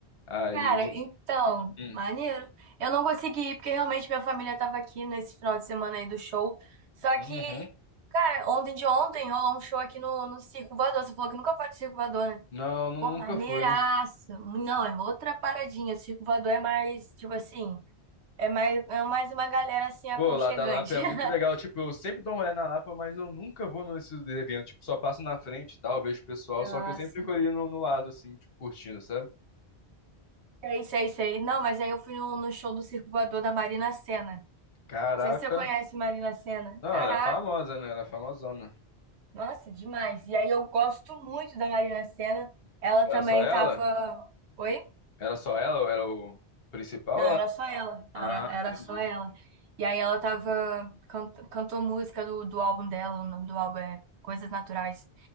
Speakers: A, on the left (about 60°); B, on the right (about 80°).
A: Aí.
B: Cara, então,
A: hum,
B: maneiro. Eu não consegui ir porque realmente minha família tava aqui nesse final de semana aí do show. Só
A: uhum.
B: que, cara, ontem de ontem rolou um show aqui no, no Circo Voador. Você falou que nunca foi de Circo Voador, né?
A: Não, nu-
B: Pô,
A: nunca
B: maneiraço.
A: fui.
B: Não, é outra paradinha. O Circo Voador é mais, tipo assim, é mais, é mais uma galera assim aconchegante.
A: Pô, lá da Lapa é muito
B: <laughs>
A: legal. Tipo, eu sempre dou um rolê na Lapa, mas eu nunca vou nesses eventos. Tipo, só passo na frente e tal, vejo o pessoal.
B: Nossa.
A: Só que eu sempre fico ali no, no lado, assim, tipo, curtindo, sabe?
B: Sei, sei, sei. Não, mas aí eu fui no, no show do Circo Voador da Marina Sena. Não
A: Caraca.
B: sei se você conhece Marina Sena.
A: Não,
B: Caraca.
A: ela é famosa, né? Ela é famosona.
B: Nossa, demais. E aí eu gosto muito da Marina Sena. Ela
A: Era
B: também
A: só ela?
B: tava. Oi?
A: Era só ela? Ou era o principal?
B: Não,
A: Ela...
B: era só ela. Era,
A: Ah,
B: era
A: entendi.
B: só ela. E aí ela tava. can- Cantou música do, do álbum dela. O nome do álbum é Coisas Naturais.